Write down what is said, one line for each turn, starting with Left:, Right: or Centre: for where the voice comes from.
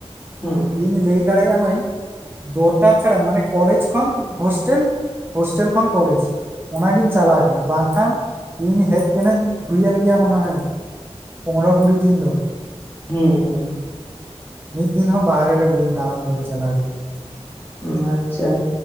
Left: ᱦᱩᱸ
Right: ᱤᱧ ᱞᱟᱹᱭ ᱫᱟᱲᱮᱭᱟᱜᱢᱟᱹᱧ ᱫᱚᱨᱠᱟᱨ ᱪᱷᱟᱲᱟ ᱢᱟᱱᱮ ᱠᱚᱞᱡᱽ ᱠᱷᱚᱱ ᱦᱳᱥᱴᱮᱞ ᱦᱳᱥᱴᱮᱞ ᱠᱷᱚᱱ ᱠᱚᱞᱮᱡᱽ ᱚᱱᱟᱜᱤᱧ ᱪᱟᱞᱟᱣ ᱟᱠᱟᱱᱟ ᱵᱟᱝᱠᱷᱟᱱ ᱤᱧ ᱦᱮᱡ ᱠᱟᱱᱟᱧ ᱩᱭ ᱟᱱ ᱜᱮᱭᱟ ᱢᱚᱱᱮ ᱦᱚ ᱯᱚᱱᱨᱚ ᱠᱩᱲᱤ ᱫᱤᱱ ᱫᱚ
Left: ᱦᱩᱸ ᱦᱩᱸ
Right: ᱢᱤᱫ ᱫᱤᱱ ᱦᱚᱸ ᱵᱟᱦᱨᱮ ᱨᱮ ᱵᱟᱹᱫᱬᱟᱱ ᱵᱟᱹᱧ ᱪᱟᱞᱟᱣ ᱟᱠᱟᱱᱟ
Left: ᱦᱩᱸ ᱟᱪᱪᱷᱟ